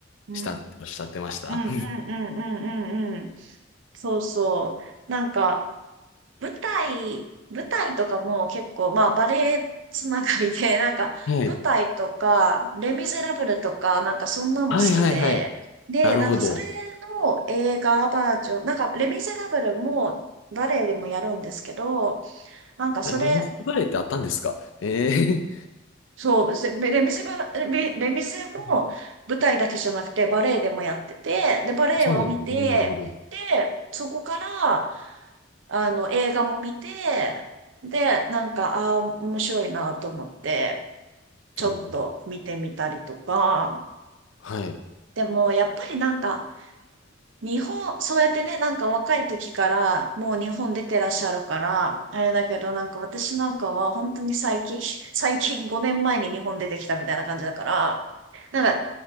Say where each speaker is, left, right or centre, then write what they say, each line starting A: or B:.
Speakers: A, on the right (about 75°); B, on the left (about 80°).
A: うん。
B: したっておっしゃってました
A: うんうんうんうんうんうん。そうそう。なんか、舞台、舞台とかも結構、まあバレエつながりで、<laughs> なんか舞台とか、
B: <laughs> はい。
A: レ・ミゼラブルとか、なんかそんなのも好きで、
B: はいはいはい。
A: で、
B: なるほど。
A: なんかそれの映画バージョン、なんかレ・ミゼラブルもバレエでもやるんですけど、なんかそれ
B: えレミスのバレエってあったんですかええ
A: そうでレミゼば、レレミゼも舞台だけじゃなくてバレエでもやってて、
B: <laughs>
A: で、バレエを見て、
B: そうなんですね。なるほど。
A: で、そこから、あの、映画も見て、で、なんか、ああ、面白いなと思って、ちょっと見てみたりとか、
B: なるほど。はい。
A: でも、やっぱりなんか、日本、そうやってね、なんか若い時からもう日本出てらっしゃるから、あれだけどなんか私なんかは本当に最近、最近5年前に日本出てきたみたいな感じだから、なんか